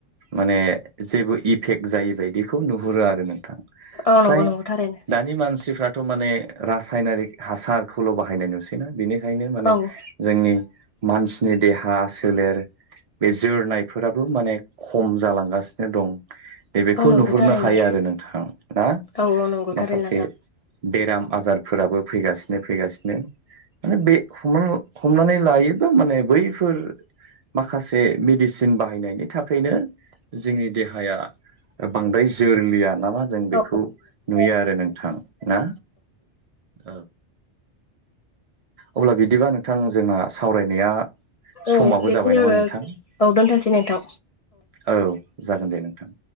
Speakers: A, on the right; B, on the left.
A: माने जेबो इफेक्ट जाय बायदिखौ नुहुरो आरो नोंथां
B: औ
A: फ्राय
B: नंगौ नंगौथारैनो
A: दानि मानसिफ्राथ' माने रासायनारिक हासारखौल' बाहायनाय नुसैनानि बेखायनो माने
B: औ
A: जोंनि मानसिनि देहा सोलेर बे जोरनायफोराबो माने खम जालांगासिनो दं दे बेखौ
B: औ नंगौ
A: नुहुरनो
B: थारैनो
A: हायो आरो नोंथाङा ना
B: औ औ नंगौथार
A: माखासे
B: नोंथां
A: बेराम आजारफोराबो फैगासिनो फैगासिनो माने बे हमनानै लायोबा माने बैफोर माखासे मेडिसिन बाहायनायनि थाखायनो जोंनि देहाया बांद्राय जोरलिया नामा जों बेखौ
B: औ
A: नुयो आरो नोंथां ना औ अब्ला बिदिबा नोंथां जोंना सावरायनाया समाबो
B: औ बेखिनियावनो
A: जाबाय नामा नोंथां
B: औ दोनथ'नोसै नोंथां
A: औ जागोन दे नोंथां